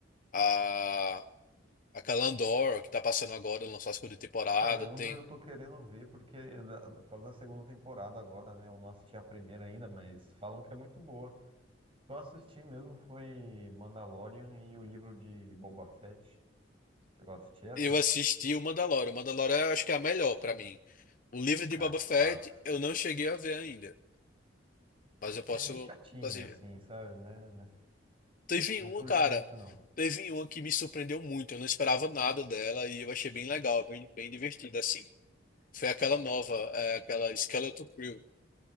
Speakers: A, on the left; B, on the right.
A: a, a Calandor que tá passando agora, lançou a segunda temporada.
B: Cara, Andor
A: Tem,
B: eu tô querendo ver porque da- por causa da segunda temporada agora, né? Eu não assisti a primeira ainda, mas falam que é muito boa. Eu assisti mesmo foi Mandalorian e o livro de Boba Fett. Chegou a assistir essas?
A: eu assisti o Mandalorian. O Mandalorian eu acho que é a melhor pra mim. O livro de
B: Ah,
A: Boba
B: de
A: Fett
B: fato.
A: eu não cheguei a ver ainda, mas eu posso.
B: É meio chatinho
A: assim,
B: assim, sabe, né? né?
A: Teve
B: Não
A: uma,
B: curti
A: cara.
B: muito não.
A: Teve uma que me surpreendeu muito. Eu não esperava nada dela e eu achei bem legal, bem, bem divertida, assim. Foi aquela nova, é, aquela Skeleton Crew.